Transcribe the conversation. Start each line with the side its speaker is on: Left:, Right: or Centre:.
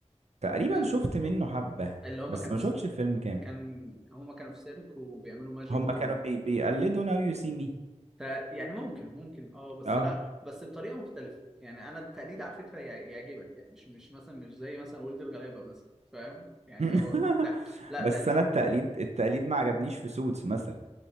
Right: تقريبا
Centre: أيوة.
Right: شفت منه حبة
Centre: اللي هما
Right: بس
Centre: كانوا
Right: ما
Centre: في
Right: شفتش الفيلم كامل
Centre: كان هما كانوا في سيرك وبيعملوا ماجيك
Right: هما كانوا بي... بيقلدوا ناو يو سي مي
Centre: ت- يعني ممكن ممكن اه بس
Right: اه
Centre: لا بس بطريقه مختلفه يعني انا التقليد على فكره يع- يعجبك يعني مش مش مثلا مش زي مثلا ولد الغلابه مثلا فاهم يعني
Right: <laughs>
Centre: هو لا لا
Right: بس
Centre: تقليد
Right: انا التقليد التقليد ما عجبنيش في سوتس مثلا